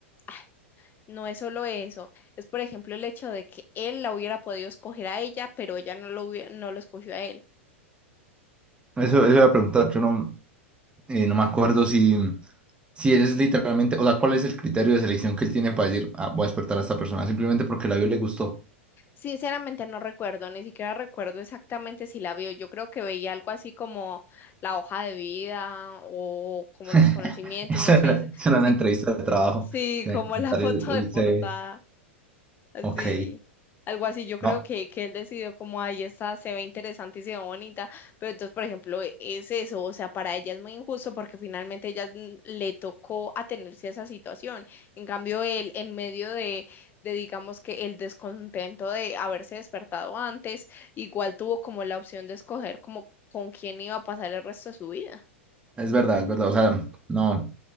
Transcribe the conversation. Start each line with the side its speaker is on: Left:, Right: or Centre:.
Left: ay, no es solo eso, es por ejemplo el hecho de que él la hubiera podido escoger a ella, pero ella no lo, hubie- no lo escogió a él.
Right: Eso, eso iba a preguntar, yo no, eh, no me acuerdo si, si eres literalmente, o sea, cuál es el criterio de selección que él tiene para decir, ah, voy a despertar a esta persona, simplemente porque la vio y le gustó.
Left: Sinceramente no recuerdo, ni siquiera recuerdo exactamente si la vio. Yo creo que veía algo así como la hoja de vida o como
Right: <laughs>
Left: los conocimientos,
Right: Eso
Left: no
Right: era,
Left: sé si,
Right: eso era
Left: si,
Right: una entrevista de trabajo.
Left: si
Right: Tenía
Left: como
Right: que presentar
Left: la <laughs> foto
Right: el, el
Left: de portada.
Right: C CV.
Left: Así,
Right: Ok,
Left: algo así. Yo creo
Right: no,
Left: que, que él decidió como, ahí está, se ve interesante y se ve bonita, pero entonces, por ejemplo, e- es eso, o sea, para ella es muy injusto porque finalmente ella n- le tocó atenerse a esa situación. En cambio, él, en medio de, de, digamos que el descontento de haberse despertado antes, igual tuvo como la opción de escoger como con quién iba a pasar el resto de su vida.
Right: es verdad, es verdad, o sea, no,